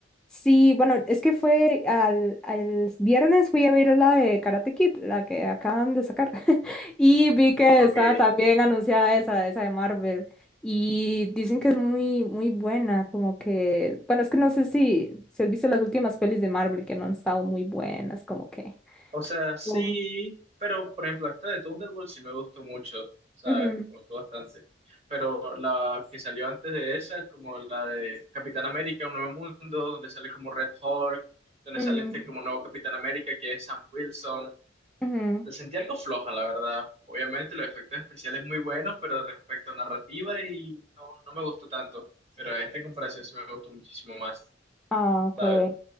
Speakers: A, in the centre; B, on the right.
A: sí, bueno, es que fue al, al viernes fui a ver la de Karate Kid, la que acaban de sacar, <laughs> y vi que
B: Ok.
A: estaba también anunciada esa, esa de Marvel, y dicen que es muy, muy buena, como que, bueno, es que no sé si, si has visto las últimas pelis de Marvel que no han estado muy buenas, como que...
B: O sea, sí,
A: Mm.
B: pero por ejemplo, esta de Thunderbolts sí me gustó mucho, ¿sabes?
A: Ujú,
B: Me gustó bastante. Pero la que salió antes de esa es como la de Capitán América, Un Nuevo Mundo, donde sale como Red Hulk, donde
A: mm,
B: sale este como nuevo Capitán América que es Sam Wilson.
A: ujú.
B: La sentí algo floja, la verdad. Obviamente los efectos especiales muy buenos, pero respecto a narrativa y no, no me gustó tanto. Pero a esta comparación sí me gustó muchísimo más,
A: Ah,
B: ¿sabes?
A: qué bueno.